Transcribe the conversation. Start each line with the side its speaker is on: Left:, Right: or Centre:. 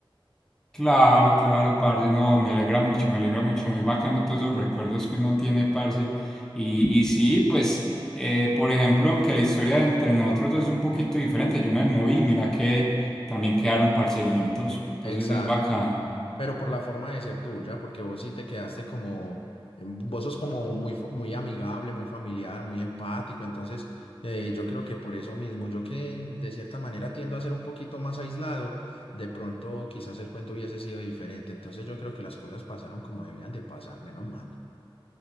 Centre: Claro, claro, parce, no, me alegra mucho, me alegra mucho, muy bacano todos los recuerdos que uno tiene, parce. Y, y sí, pues, eh, por ejemplo, aunque la historia entre nosotros dos es un poquito diferente, yo me moví, mira que también quedaron parceritos, entonces
Left: Exacto,
Centre: es bacano.
Left: pero por la forma de ser tuya, porque vos sí te quedaste como, em, vos sos como muy, fa- muy amigable, muy familiar, muy empático, entonces eh, yo creo que por eso mismo, yo que de cierta manera tiendo a ser un poquito más aislado, de pronto quizás el cuento hubiese sido diferente, entonces yo creo que las cosas pasaron como debían de pasar, menos mal.